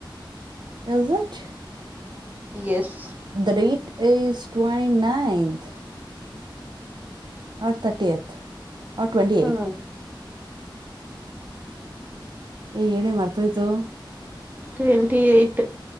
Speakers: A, on the right (about 60°); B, on the right (about 20°).
A: is it
B: S
A: the date is twenty ninth. R thirty eight R twenty
B: ಹ್ಮ್
A: eight ಹೇ ಏನೇ ಮರ್ತೋಯ್ತು
B: ಟ್ವೆಂಟಿ ಏಯ್ಟ